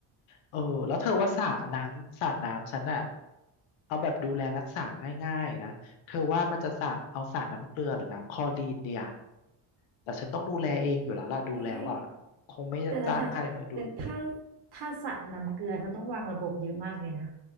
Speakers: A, on the left; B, on the right.
A: เออแล้วเธอว่าสระน้ำสระน้ำฉันอะเอาแบบดูแลรักษาง่ายๆนะเธอว่ามันจะสระเอาสระน้ำเกลือหรือน้ำคลอรีนเดียแต่ฉันต้องดูแลเองอยู่แล้วล่ะดูแล้วอ่ะ
B: เนี่ย
A: คงไม่จ้างใครมาดู
B: แต่ระดับแต่ถ้าถ้าสระน้ำเกลือเธอต้องวางระบบเยอะมากเลยนะ